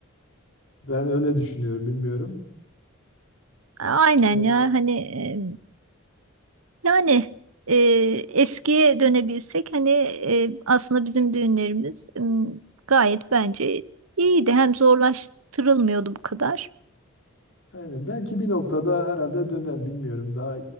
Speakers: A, on the left (about 60°); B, on the right (about 75°).
A: ben öyle düşünüyorum bilmiyorum.
B: aynen
A: E,
B: ya hani e, yani e, eskiye dönebilsek hani e, aslında bizim düğünlerimiz m, gayet bence iyiydi. Hem zorlaştırılmıyordu bu kadar.
A: Aynen. Belki bir noktada herhalde döner bilmiyorum. Daha